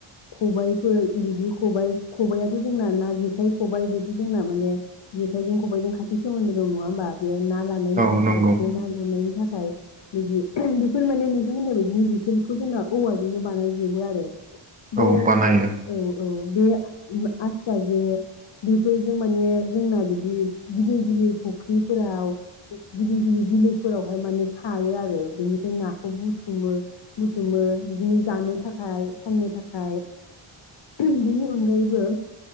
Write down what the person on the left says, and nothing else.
खबाइफोर बिदि खबाइ खबायाथ' जोंना ना जेखाइ खबाइ बेथ' जोंना माने जेखाइजों खबाइजों खाथि सोमोन्दो दं नङा होमबा बेयो ना लानायनि
थाखाय
बे ना गुरनायनि थाखाय बिदि बेफोर माने नोंथां होननाय बायदिनो बेफोरखौ जोंना औवाजोंनो बानायजोबो आरो बे
औ औ बे आस्रा जे बेफोरजों माने जोंना बिदि गिदिर गिदिर फुख्रिफोराव गिदिर गिदिर बिलोफोरावहाय माने सारो आरो बेनिफ्राय नाखौ बुथुमो बुथुमो बिदिनो जानो थाखाय फाननो थाखाय बेनि अनगायैबो